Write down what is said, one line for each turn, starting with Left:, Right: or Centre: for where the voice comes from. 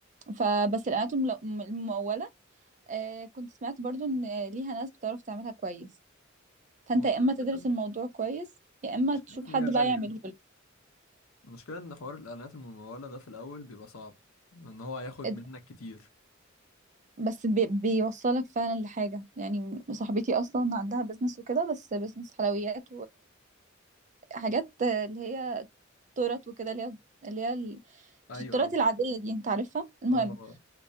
Right: فبس الاعلانات المل- الممولة آه، كنت سمعت برضو ان ليها ناس بتعرف تعملها كويس فانت
Left: ما هو
Right: يا
Left: كده
Right: اما تدرس
Left: كده
Right: الموضوع كويس يا
Left: المشكله
Right: اما تشوف
Left: ان
Right: حد
Left: هي غاليه
Right: بقى يعمله لك
Left: المشكله ان حوار الاعلانات المموله ده في الاول بيبقى صعب ان هو هياخد
Right: اد-
Left: منك كتير
Right: بس بي بيوصلك فعلا لحاجة يعني صاحبتي اصلا عندها بيزنس وكده بس بيزنس حلويات وحاجات اللي هي تورت وكده اللي هي اللي هي ال-
Left: ايوه
Right: مش التورت
Left: ايوه
Right: العادية دي انت عارفها المهم
Left: اه